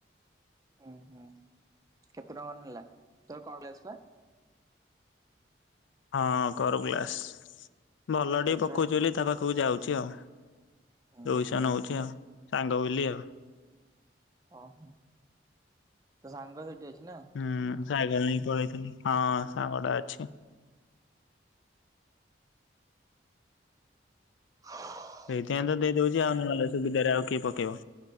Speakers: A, on the right (about 20°); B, on the left (about 80°).
A: ଉଁ ହୁଁ କେତେ ଟଙ୍କା ନେଲା ତୋର କଣ ଗ୍ଲେସ ବା।
B: ହଁ କର ଗ୍ଲାସ୍ ଭଲ
A: କେତେ
B: ଡି
A: ଟଙ୍କା
B: ପକଉଛି
A: ନେଲା
B: ବୋଲି ତା ପାଖକୁ ଯାଉଛି ଆଉ।
A: ହୁଁ
B: ଦୋଇସା
A: ହୁଁ
B: ନଉଛି ଆଉ ସାଙ୍ଗ ବୁଲି ଆଉ।
A: ଓହୋ ତୋ ସାଙ୍ଗ ସେଠି ଅଛି ନା।
B: ହୁଁ ସାଇକଲ ନେଇକି ପଳେଇଥିଲି ହଁ ସାଙ୍ଗଟା ଅଛି।
A: <inaudible>
B: ସେଇଥିପାଇଁ ତ ଦେଇଦଉଛି ଆଉ ନହେଲେ ସୁବିଧାରେ ଆଉ କିଏ ପକେଇବ।